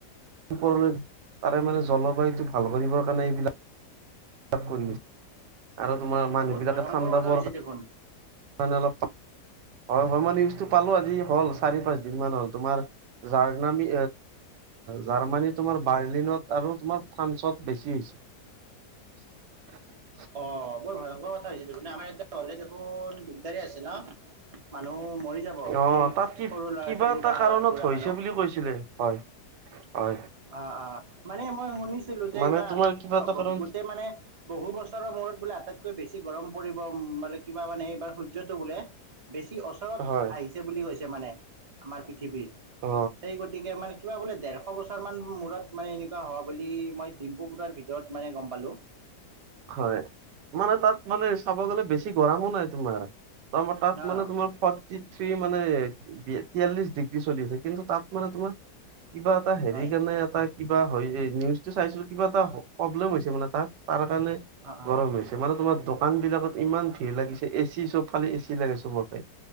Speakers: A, on the right (about 85°); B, on the right (about 45°).
A: ওপৰলৈ তাৰে মানে জলবায়ুটো ভাল কৰিবৰ কাৰণে এইবিলাক কৰিছে আৰু তোমাৰ মানুহ
B: বহুত
A: বিলাকে
B: ভয়ংকৰ
A: ঠাণ্ডা
B: কথা
A: বৰ
B: হৈছে দেখোন
A: মানে অলপ হয় হয় মই নিউজটো পালোঁ আজি হ'ল চাৰি পাঁচদিনমান হ'ল। তোমাৰ জাৰ্নামী জাৰ্মানী তোমাৰ বাৰ্লিনত আৰু তোমাৰ ফ্ৰান্সত বেছি হৈছে।
B: অ বৰ ভয়ংকৰ কথা হৈছিলে মানে আমাৰ এতিয়া হলে দেখোন দিগদাৰী আছে ন। মানুহ মৰি যাব
A: অ
B: এই
A: তাত কি
B: সৰু ল'ৰা
A: কিবা
B: ছোৱালী
A: এটা
B: বা
A: কাৰণত
B: বুঢ়া
A: হৈছে
B: মানুহ।
A: বুলি কৈছিলে হয়। হয়
B: অ অ মানে মই শুনিছিলো যে
A: মানে
B: এইবাৰ
A: তোমাৰ
B: আটাইত
A: কিবা এটা কাৰণ
B: গোটেই মানে বহু বছৰৰ মূৰত বোলে আটাইতকৈ বেছি গৰম পৰিবলে কিবা মানে এইবাৰ সূৰ্যটো বোলে- বেছি ওচৰত
A: হয়
B: আহিছে বুলি কৈছে মানে। আমাৰ পৃ পৃথিৱীত
A: অ
B: সেই গতিকে মানে কিবা বোলে ডেৰশ বছৰ মূৰত মানে এনেকুৱা হোৱা বুলি মই ডিম্পু বোৰাৰ ভিতৰত মানে গম পালো।
A: হয় মানে তাত মানে চাব গ'লে বেছি গৰমো নাই তোমাৰ। তাত
B: অ',
A: মানে তোমাৰ ফৰ্থী মানে তিয়াল্লিশ ডিগ্ৰী চলি আছে। কিন্তু তাত মানে তোমাৰ কিবা এটা হেৰি
B: হয়,
A: কেনে এটা- কিবা হয় এই নিউজটো চাইছিলো কিবা এটা প্ৰব্লেম হৈছে মানে তাৰ তাৰ কাৰণে গৰম
B: অ', অ',
A: হৈছে মানে তোমাৰ দোকান বিলাকত ইমান ভিৰ লাগিছে এচি চব ফালে এচি লাগে চবকে।